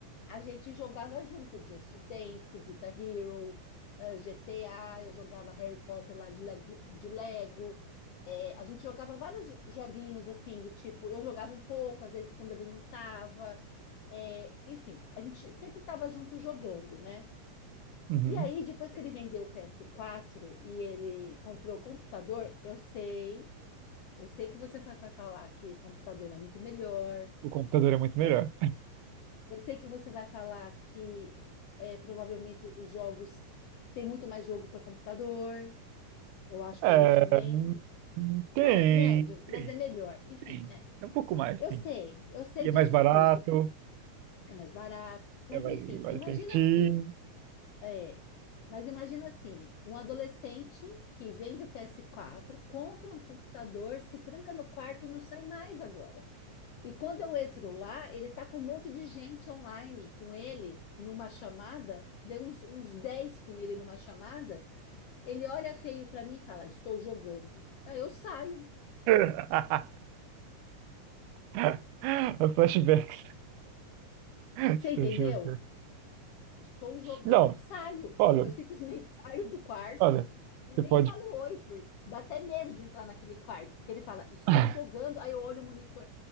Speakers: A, on the left; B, on the right.
A: a gente jogava junto Just Dance, Guitar Hero, eh, GTA, eu jogava Harry Potter lá de Lego, de Lego. Eh, a gente jogava vários joguinhos assim, do tipo, eu jogava um pouco, às vezes quando ele não estava. enfim, a gente sempre estava junto jogando, né?
B: Uhum.
A: E aí, depois que ele vendeu o PS4 e ele comprou o computador, eu sei, eu sei que você vai, vai falar que o computador é muito melhor.
B: O computador é muito melhor.
A: Eu,
B: <laughs>
A: eu sei que você vai falar que é, provavelmente os jogos tem muito mais jogo para computador. Eu acho que
B: É,
A: é isso também.
B: hum, hum, tem,
A: Mas, médio,
B: tem,
A: mas é melhor. Enfim,
B: tem.
A: é.
B: É um pouco mais,
A: Eu
B: sim.
A: sei, eu sei
B: E
A: disso
B: é mais barato,
A: tudo. É mais barato. Mas
B: é mais,
A: enfim,
B: mais
A: imagina
B: tem Steam.
A: assim. É, mas imagina assim, um adolescente que vende o ps quatro, compra um computador, se tranca no quarto e não sai mais agora. E quando eu entro lá, ele tá com um monte de gente online com ele numa chamada, deu uns, uns 10 com ele numa chamada, ele olha feio para mim e fala: "Estou jogando". Aí eu saio.
B: <laughs> <laughs> Flashbacks. Estou
A: Você entendeu?
B: jogando.
A: Estou jogando.
B: Não,
A: Saio.
B: olha,
A: Eu simplesmente <laughs> saio do quarto
B: olha,
A: e nem
B: você pode.
A: falo oi, porque dá até medo de entrar naquele quarto, porque ele fala, estou
B: <laughs>
A: jogando, aí eu olho o monitor.